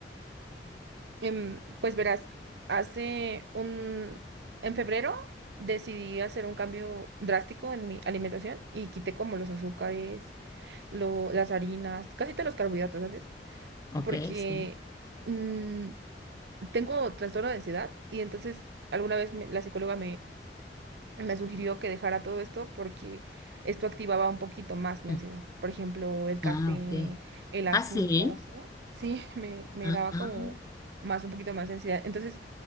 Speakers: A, on the right; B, on the left.
A: Em, pues verás, hace un... En febrero decidí hacer un cambio drástico en mi alimentación y quité como los azúcares, lo- las harinas, casi todos los carbohidratos, ¿sabes?
B: ok,
A: Porque
B: sí.
A: mm, tengo trastorno de ansiedad y entonces alguna vez me- la psicóloga me sugirió que dejara todo esto porque esto activaba un poquito más mi
B: Mm,
A: ansiedad. Por ejemplo, el café,
B: Ah, ok.
A: el azúcar,
B: Ah, sí.
A: ¿sí? Sí, <laughs> me, me
B: Ah,
A: daba
B: ah,
A: como más, un poquito más de ansiedad. Entonces,